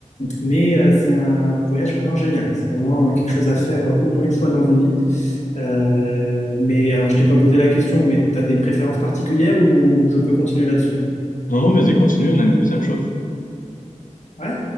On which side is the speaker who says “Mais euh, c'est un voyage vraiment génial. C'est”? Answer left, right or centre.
Left